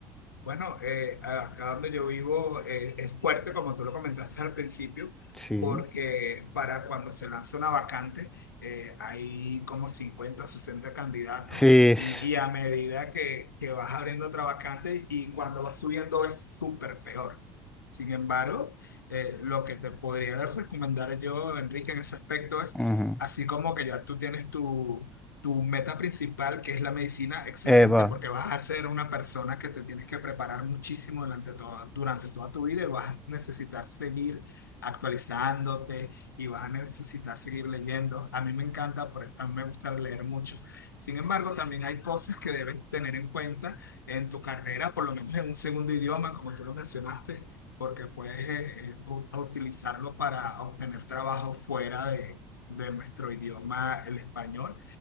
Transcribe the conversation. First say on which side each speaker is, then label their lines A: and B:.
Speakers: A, on the left; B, in the centre.
A: Bueno, eh, acá donde yo vivo eh, es fuerte, como tú lo comentaste al principio,
B: Sí.
A: porque para cuando se lanza una vacante eh, hay como cincuenta, sesenta candidatos
B: Sí, s-
A: y, y a medida que, que vas abriendo otra vacante y cuando vas subiendo es súper peor. Sin embargo, eh, lo que te podría recomendar yo, Enrique, en ese aspecto es,
B: Ujú.
A: así como que ya tú tienes tu tu meta principal, que es la medicina, excelente,
B: Eva.
A: porque vas a ser una persona que te tienes que preparar muchísimo durante toda, durante toda tu vida y vas a necesitar seguir actualizándote y vas a necesitar seguir leyendo. A mí me encanta, por eso a mí me gusta leer mucho. Sin embargo, también hay cosas que debes tener en cuenta en tu carrera, por lo menos en un segundo idioma, como tú lo mencionaste, porque puedes eh, eh, u- utilizarlo para obtener trabajo fuera de de nuestro idioma, el español.